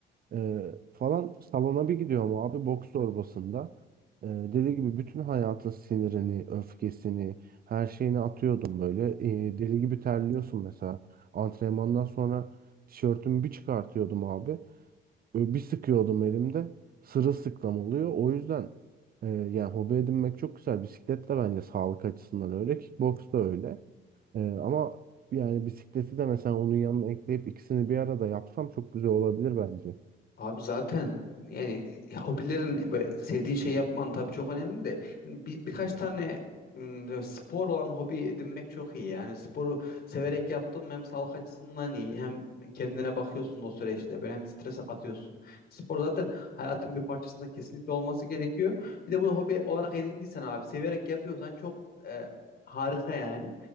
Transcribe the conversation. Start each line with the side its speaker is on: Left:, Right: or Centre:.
Right: Ee, falan salona bir gidiyorum abi boks torbasında. Ee, deli gibi bütün hayatın sinirini, öfkesini, her şeyini atıyordum böyle. Ee, deli gibi terliyorsun mesela. Antrenmandan sonra tişörtümü bir çıkartıyordum abi. Böyle bir sıkıyordum elimde. Sırılsıklam oluyor. O yüzden e, yani hobi edinmek çok güzel. Bisiklet de bence sağlık açısından öyle. Kickboks da öyle. Ee, ama yani bisikleti de mesela onun yanına ekleyip ikisini bir arada yapsam çok güzel olabilir bence.
Left: Abi zaten yani hobilerin böyle sevdiğin şey yapman tabii çok önemli de hani bir, birkaç tane ım, böyle spor olan hobi edinmek çok iyi. Yani sporu severek yaptım hem sağlık açısından iyi hem kendine bakıyorsun o süreçte böyle hem stres atıyorsun. Spor zaten hayatın bir parçasında kesinlikle olması gerekiyor. Bir de bunu hobi olarak edindiysen abi severek yapıyorsan çok e, harika yani.